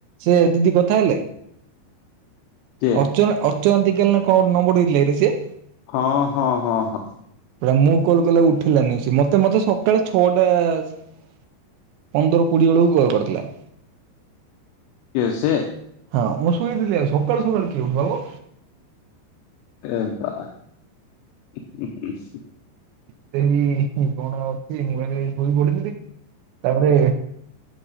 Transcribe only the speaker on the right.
ସେ ଦିଦି କଥା ହେଲେ।
ଅର୍ଚ୍ଚନା ଅର୍ଚ୍ଚନା ଦିଗାଲ କଣ ଗୋଟେ ନମ୍ବର ଦେଇଥିଲେ ନା ସେ।
ପୁରା ମୁଁ କଲେ ଉଠେଇଲାନି। ସେ ମତେ ମତେ ସକାଳେ ଛଅଟା ପନ୍ଦର କୋଡିଏ ବେଳକୁ କଲ୍ କରିଥିଲା।
ହଁ ମୁଁ ସୁଇଥିଲି ଆଉ ସକାଳୁ ସକାଳୁ କିଏ ଉଠିବା ବୋ।
ଏଇ କଣ ଅଛି ମୁଁ କହିନି ଶୋଇ ପଢିଥିଲି। ତାପରେ